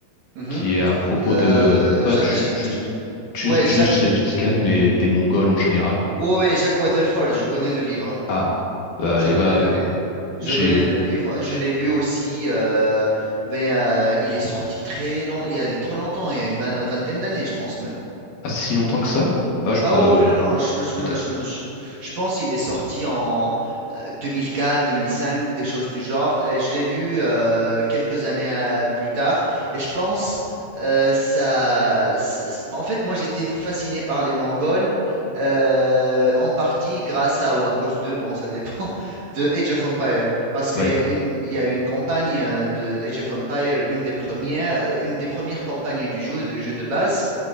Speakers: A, on the right; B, on the left.
A: Mhm. Mmh
B: qui
A: mh.
B: est à propos
A: Euh,
B: de pas
A: Ja
B: ju-
A: Ja Ja,
B: juste ju-
A: ouais,
B: juste
A: Jacques
B: Gengis Khan, mais des Mongols en général.
A: Ouais, ouais, Jack Weatherford, je connais le livre.
B: Ah, bah,
A: Je
B: et
A: connais
B: bah
A: le, vi- je
B: j'ai
A: connais le livre. Je l'ai lu aussi, euh, mais euh, il est sorti très long, il y a trop longtemps, il y a une vingt- une vingtaine d'années, je pense même.
B: pas si longtemps que ça. Ah, je
A: Ah
B: peux,
A: ouais, ouais, non, non, je, je
B: peut
A: me-
B: être
A: je me- je- je pense qu'il est sorti en euh, 2004, 2005, des choses du genre, et je l'ai lu euh, quelques années euh, plus tard, et je pense, euh, ça... c'est- c'est- En fait, moi j'étais fasciné par les Mongols, euh, en partie grâce à, ou à cause de, bon ça dépend, <laughs> de Age of Empire, parce qu'il
B: Ouais.
A: y a une, il y a une campagne euh, de Age of Empire, une des premières, euh, une des premières campagnes du jeu, de jeu de base,